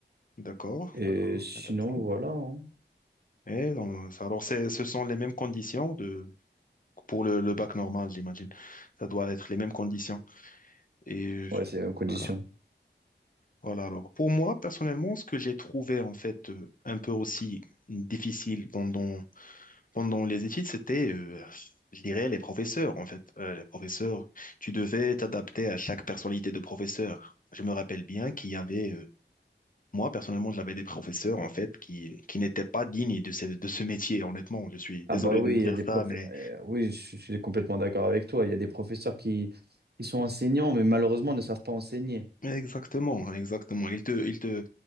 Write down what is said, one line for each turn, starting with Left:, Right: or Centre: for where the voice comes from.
Left: D'accord,
Right: Et
Left: d'accord,
Right: sinon,
Left: intéressant.
Right: voilà. hein.
Left: Et donc, ça- alors, c'est, ce sont les mêmes conditions de, pour le, le bac normal, j'imagine. Ça doit être les mêmes conditions. Et euh,
Right: Ouais, c'est en condition.
Left: voilà. Voilà, alors, pour moi, personnellement, ce que j'ai trouvé, en fait, euh, un peu aussi difficile pendant Pendant les études, c'était, euh, je dirais, les professeurs, en fait. Euh, les professeurs, tu devais t'adapter à chaque personnalité de professeur. Je me rappelle bien qu'il y avait, euh, moi, personnellement, j'avais des professeurs, en fait, qui, qui n'étaient pas dignes de ce, de ce métier, honnêtement. Je suis
Right: Ah
Left: désolé
Right: bah oui,
Left: de dire
Right: il y a des prof...
Left: ça, mais
Right: euh, oui, je suis complètement d'accord avec toi. Il y a des professeurs qui, qui sont enseignants, mais malheureusement ne savent pas enseigner.
Left: mais exactement, exactement. Ils te, ils te,